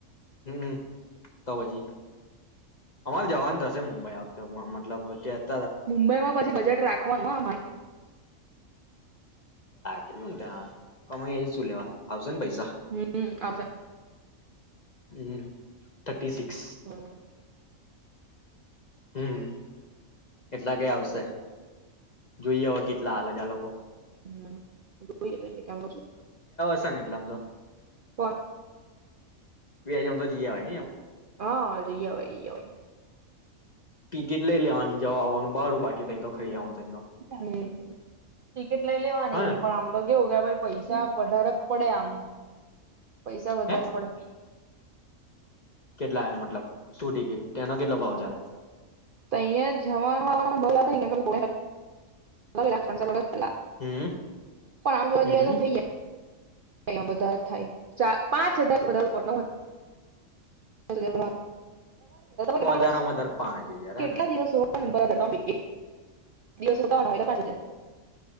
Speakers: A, on the left; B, on the right.
A: હમ્મ. તો પછી અમારે જવાનું થશે મુંબઈ આ વખતે મતલબ ત્યાં-
B: મુંબઈમાં પછી બજેટ રાખવાનું હા ભાય.
A: કેટલું ન ત્યાં કમાઈ એ શું લેવા? આવશે ન ભાઈ.
B: હમ્મ આવશે.
A: હમમ થર્ટી સિક્સ
B: હમમ
A: હમમ એટલા કઈ આવશે જોઈએ હવે કેટલા આલે છે આ લોકો
B: હમમ જોઈએ કેટલી <unintelligible> છું.
A: <unintelligible> એટલે માં તો
B: પણ
A: બેજમ તો જીયાવાય.
B: હા લીયાવાય લીયાવાય.
A: ટિકિટ લઈ લેવાની જવા આવવાનું ભાડું બાકી તય તો ખઈ લેવાનું. તઈ તો
B: હમમ ટિકિટ લઈ લેવાની
A: હા ને
B: પણ આમ તો કેવું કે ભ પૈસા વધારે પડે આમ પૈસા વધારે
A: હે
B: પડે.
A: કેટલા આયા મતલબ, શું ટિકિટ? તેનો કેટલો ભાવ ચાલે?
B: તઈયાં જવાનું આવાનુ <unintelligible> <unintelligible> પેલા પણ
A: હમ
B: આમ જોવા
A: હમ
B: જઈએ તો થઇ જાય એમ વધારે થાય ચા પાંચ હજાર વધારે <unintelligible> <unintelligible> તમે કેટલા
A: વધારેમાં વધારે પાંચ હજાર
B: દિવસ કેટલા
A: હેને
B: દિવસો <unintelligible> દિવસુતા હોય તો <unintelligible>